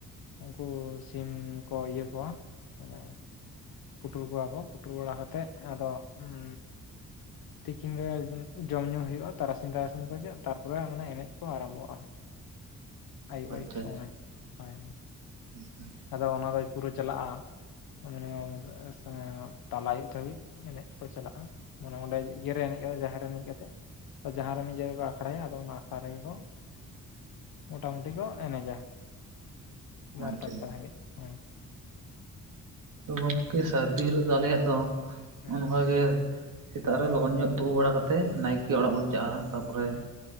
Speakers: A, on the left; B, on the right.
A: ᱩᱱᱠᱩ ᱥᱤᱢ ᱠᱚ ᱤᱭᱟᱹ ᱠᱚᱣᱟ, ᱢᱟᱱᱮ ᱯᱩᱴᱩᱨ ᱠᱚᱣᱟ ᱠᱚ ᱯᱩᱴᱩᱨ ᱵᱟᱲᱟ ᱠᱟᱛᱮᱜ ᱟᱫᱚ ᱩᱸᱻ ᱛᱤᱠᱤᱱ ᱵᱮᱲᱟ ᱡᱚᱢ ᱧᱩ ᱦᱩᱭᱩᱜ-ᱟ, ᱛᱟᱨᱟᱥᱤᱧ ᱛᱟᱨᱟᱥᱤᱧ ᱠᱚ ᱛᱮ ᱛᱟᱨᱯᱚᱨᱮ ᱢᱟᱱᱮ ᱮᱱᱮᱡ ᱠᱚ ᱟᱨᱟᱢᱵᱚᱜ-ᱟ᱾ ᱟᱹᱭᱩᱵ
B: ᱟᱪᱪᱷᱟ
A: ᱟᱹᱭᱩᱵ ᱥᱚᱢᱚᱭ, ᱦᱳᱭ᱾
B: ᱟᱪᱪᱷᱟ᱾
A: ᱟᱫᱚ ᱚᱱᱟᱫᱚ ᱯᱩᱨᱟᱹ ᱪᱟᱞᱟᱜ-ᱟ, ᱢᱟᱱᱮ ᱮᱥᱮ ᱛᱟᱞᱟ ᱟᱭᱩᱵ ᱫᱷᱟᱹᱵᱤᱡ ᱮᱱᱮᱡ ᱠᱚ ᱪᱟᱞᱟᱜ-ᱟ᱾ ᱢᱟᱱᱮ ᱚᱸᱰᱮ ᱤᱭᱟᱹᱨᱮ ᱮᱱᱮᱡ ᱠᱟᱛᱮ ᱡᱟᱦᱮᱨ ᱨᱮ ᱮᱱᱮᱡ ᱠᱟᱛᱮᱜ᱾ ᱛᱚ ᱡᱟᱦᱟᱸ ᱨᱮ ᱢᱤᱫ ᱡᱟᱭᱜᱟ ᱠᱚ ᱟᱠᱷᱲᱟᱭᱟ ᱟᱫᱚ ᱚᱱᱟ ᱟᱠᱷᱲᱟ ᱨᱮᱜᱮ ᱠᱚ ᱢᱚᱴᱟ ᱢᱩᱴᱤ ᱠᱚ ᱮᱱᱮᱡᱟ ᱵᱟᱨᱚ
B: ᱟᱪᱪᱷᱟ
A: ᱴᱟ ᱮᱠᱴᱟ
B: ᱟᱪᱪᱷᱟ
A: ᱫᱷᱟᱹᱵᱤᱡ ᱦᱳᱭ
B: ᱛᱚ ᱜᱚᱢᱠᱮ ᱥᱟᱹᱨᱫᱤ ᱦᱤᱞᱳᱜ ᱫᱚ ᱟᱞᱮᱭᱟᱜ ᱫᱚ
A: ᱦᱮᱸ
B: ᱚᱱᱠᱟ ᱜᱮ ᱥᱮᱛᱟᱜ ᱨᱮ ᱞᱚᱜᱚᱱ ᱧᱚᱜ ᱛᱳᱯᱳ ᱵᱟᱲᱟ ᱠᱟᱛᱮᱫ ᱱᱟᱭᱠᱮ ᱚᱲᱟᱜ ᱵᱚᱱ ᱪᱟᱜᱼᱟ ᱛᱟᱯᱚ ᱨᱮ
A: ᱦᱮᱸ